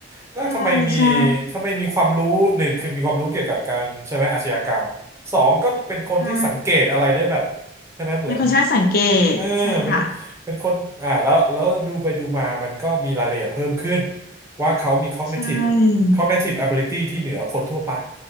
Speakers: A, on the right (about 15°); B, on the left (about 55°).
A: แล้วทำไมมี
B: ใช่ใช่
A: ทำไมมีความรู้หนึ่งคือมีความรู้เกี่ยวกับการใช่ไหมอาชญากรรมสองก็เป็นคนที่สังเกตอะไรได้แบบ
B: ใช่
A: ใช่ไหมเหมือน
B: เป็นคนช่างสังเกตใช่ค่ะ
A: เออเป็น เป็นคนอ่าแล้วแล้วดูไปดูมา มันก็มีรายละเอียดเพิ่มขึ้น ว่าเขามี cognitive
B: ใช่
A: cognitive ability ที่เหนือคนทั่วไป